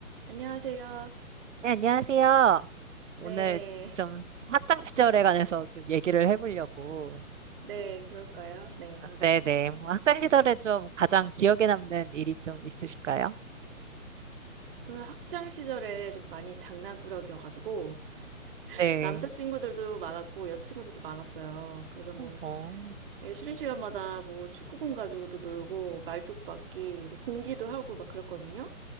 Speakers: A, on the right (about 40°); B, on the right (about 60°).
A: 안녕하세요.
B: 네, 안녕하세요.
A: 네,
B: 오늘 좀 학창 시절에 관해서 좀 얘기를 해보려고.
A: 네, 그럴까요? 네.
B: 네네. 뭐 학창 시절에 좀 가장 기억에 남는 일이 좀 있으실까요?
A: 저는 학창 시절에 좀 많이 장난꾸러기여가지고, <laughs>
B: 네.
A: 남자친구들도 많았고, 여자친구들도 많았어요. 그래서 뭐,
B: 어,
A: 예, 쉬는 시간마다 뭐, 축구공 가지고도 놀고, 말뚝박기, 뭐, 공기도 하고 막 그랬거든요.